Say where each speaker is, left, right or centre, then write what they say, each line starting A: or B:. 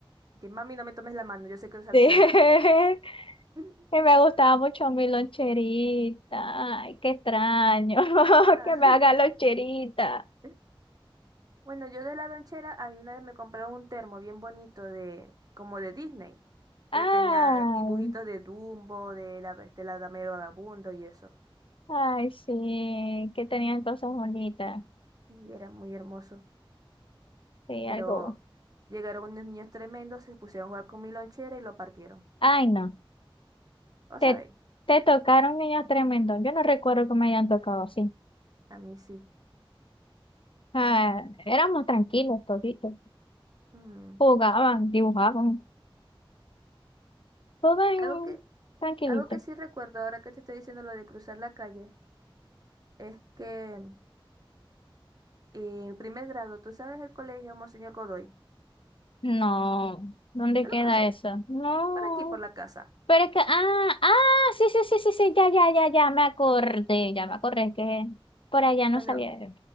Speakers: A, on the right; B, on the left.
A: Que mami, no me tomes la mano, yo sé cruzar
B: Sí.
A: sola.
B: <laughs>
A: <laughs>
B: Que me gustaba mucho mi loncherita. Ay, qué extraño. <laughs>
A: Ah,
B: Que me haga loncherita.
A: <laughs> Bueno, yo de la lonchera, a mí una vez me compraron un termo bien bonito de, como de Disney,
B: Ay,
A: pero tenía dibujitos de Dumbo, de la, de la Dama y el Vagabundo y eso.
B: ay, sí. Que tenían cosas bonitas.
A: Y era muy hermoso.
B: Sí,
A: Pero
B: algo.
A: llegaron unos niños tremendos, se pusieron a jugar con mi lonchera y lo partieron.
B: Ay, no.
A: ¿O
B: Te,
A: sabéis?
B: te tocaron niños tremendos. Yo no recuerdo que me hayan tocado así.
A: A mí sí.
B: Ah, éramos tranquilos toditos.
A: Mm.
B: Jugaban, dibujaban. Todo en-
A: Algo que,
B: tranquilito.
A: algo que sí recuerdo ahora que te estoy diciendo lo de cruzar la calle. Es que eh, primer grado, tú sabes el colegio Monseñor Godoy.
B: No. ¿Dónde
A: ¿No
B: queda
A: lo conocéis?
B: eso? No.
A: Por aquí, por la casa.
B: Pero es que, ah, ah, sí, sí, sí, sí, sí, ya, ya, ya, ya, me acordé, ya me acordé, es que por allá no
A: Bueno,
B: salía.